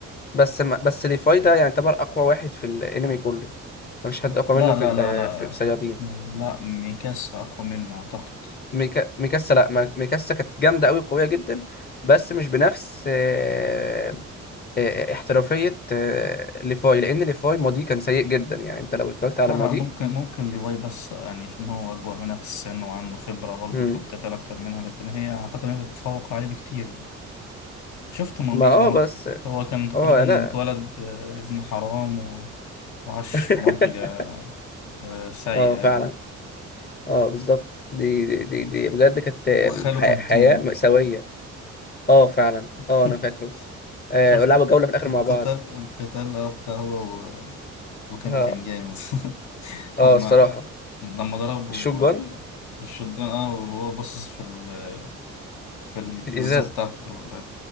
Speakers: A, on the left; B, on the left.
A: بس ما بس ليفاي ده يعني يعتبر اقوى واحد في الانمي كله مفيش حد اقوى
B: لا
A: منه في
B: لا
A: ال-
B: لا لا
A: في الصيادين
B: لا ميكاسا اقوى منه اعتقد
A: ميكا ميكاسا لا ما- ميكاسا كانت جامده قوي قويه جدا بس مش بنفس آه، آه، آه، احترافيه آه، ليفاي لان ليفاي ماضيه كان سيء جدا يعني انت لو اتفرجت على
B: لا
A: ماضيه
B: لا ممكن ممكن ليفاي بس يعني عشان هو اكبر منها في السن وعنده خبره برضه
A: مم.
B: في القتال اكتر منها لكن هي اعتقد انها تتفوق عليه بكتير شفت ماضي
A: ما اه
B: اه
A: بس
B: هو كان تقريبا
A: اه لا
B: اتولد آه، ابن حرام و... وعاش
A: <laughs>
B: في منطقة آه، سيئة
A: اه فعلا
B: يعني
A: اه بالظبط دي دي دي, دي بجد كانت آم،
B: وخاله
A: حي-
B: كان
A: حياه
B: كيني
A: مأساويه اه فعلا
B: <laughs>
A: اه انا فاكره آه
B: شفت
A: ولعبوا جوله في الاخر
B: القتال
A: مع بعض
B: القتال آه، بتاع هو و... وكيني
A: اه
B: كان جامد <laughs>
A: اه
B: لما
A: الصراحة
B: لما ضربه
A: الشوت جون
B: آه، بالشوتجان اه وهو باصص في ال... في الجزة
A: في الإزازة
B: بتاعت ال...